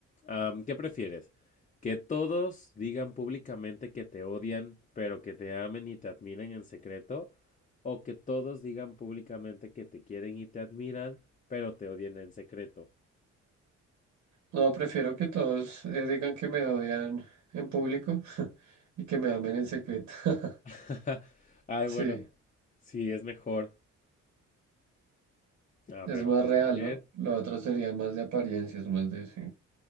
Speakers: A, on the left; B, on the right.
A: Am, ¿qué prefieres? ¿Que todos digan públicamente que te odian, pero que te amen y te admiren en secreto? ¿O que todos digan públicamente que te quieren y te admiran, pero te odian en secreto?
B: No, prefiero que todos eh, digan que me odian en público <laughs> y que me amen en secreto. <laughs>
A: <laughs> Ay,
B: Sí,
A: bueno, sí, es mejor. A
B: es
A: ver,
B: más
A: vamos
B: real,
A: a ver.
B: ¿no? Lo otro sería más de apariencias, más de sí.